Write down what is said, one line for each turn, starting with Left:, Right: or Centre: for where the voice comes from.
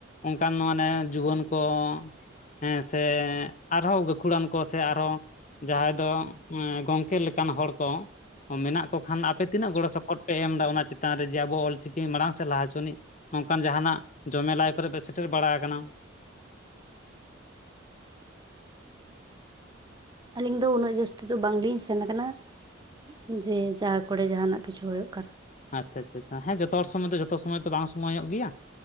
Left: ᱚᱱᱠᱟᱱ ᱢᱟᱱᱮ ᱡᱩᱣᱟᱹᱱ ᱠᱚᱼᱼ ᱦᱮᱸ ᱥᱮ, ᱟᱨᱦᱚᱸ ᱜᱟᱹᱠᱷᱩᱲᱟᱱ ᱠᱚ ᱥᱮ ᱟᱨᱦᱚᱸᱼᱼ ᱡᱟᱦᱟᱸᱭ ᱫᱚ, ᱮᱸ ᱜᱚᱝᱠᱮ ᱞᱮᱠᱟᱱ ᱦᱚᱲ ᱠᱚ ᱢᱮᱱᱟᱜ ᱠᱚ ᱠᱷᱟᱱ ᱟᱯᱮᱼᱼ ᱛᱤᱱᱟᱹᱜ ᱜᱚᱲᱚ ᱥᱚᱯᱚᱦᱚᱫ ᱯᱮ ᱮᱢ ᱚᱫᱟ, ᱚᱱᱟ ᱪᱮᱛᱟᱱ ᱨᱮ ᱡᱮ ᱟᱵᱚ ᱚᱞ ᱪᱤᱠᱤ ᱢᱟᱲᱟᱝ ᱥᱮᱫ ᱞᱟᱦᱟ ᱦᱚᱪᱚᱱᱤᱡ ᱾ ᱱᱚᱝᱠᱟᱱ ᱡᱟᱸᱦᱟᱱᱟᱜ ᱡᱚᱢᱮᱞᱟᱭ ᱠᱚᱨᱮ ᱯᱮ ᱥᱮᱴᱮᱨ ᱵᱟᱲᱟ ᱟᱠᱟᱱᱟ? <inaudible>
Right: ᱟᱞᱤᱧ ᱫᱚ ᱩᱱᱟᱹᱜ ᱡᱟᱹᱥᱛᱤ ᱫᱚ ᱵᱟᱝ ᱞᱤᱧ ᱥᱮᱱ ᱟᱠᱟᱱᱟ ᱾ ᱡᱮ ᱡᱟᱦᱟᱸ ᱠᱚ ᱨᱮ ᱡᱟᱦᱱᱟᱜ ᱠᱤᱪᱷᱩ ᱦᱩᱭᱩᱜ ᱠᱟᱱᱟ ᱾
Left: ᱟᱪᱪᱷᱟ ᱟᱪᱪᱷᱟ ᱦᱮᱸ ᱡᱷᱚᱛᱚ ᱦᱚᱲ ᱥᱚᱢᱚᱭ ᱫᱚ ᱡᱷᱚᱛᱚ ᱥᱚᱢᱚᱭ ᱫᱚ ᱵᱟᱝ ᱥᱚᱢᱚᱭᱚᱜ ᱜᱮᱭᱟ,